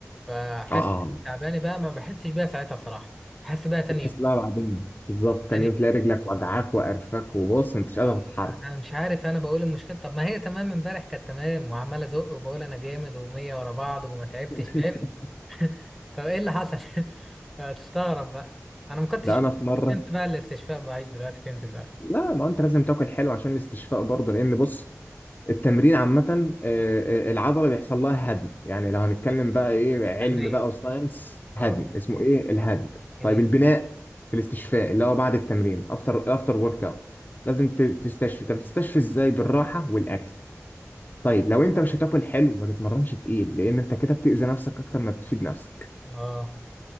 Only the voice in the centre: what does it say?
فاحس
تعبانه بقى ما بحسش بيها ساعتها صراحه احس بقى تاني
يوم
تاني
يوم
آه،
انا مش عارف انا بقول المشكله طب ما هي تمام امبارح كانت تمام وعمال ازق وبقول انا جامد ومية ورا بعض وما تعبتش
فاهم <laughs> طب ايه اللي حصل <laughs> فتستغرب بقى انا ما كنتش
فهمت بقى الاستشفاء ضعيف دلوقتي فهمت دلوقتي
علميا
اه
جميل
اه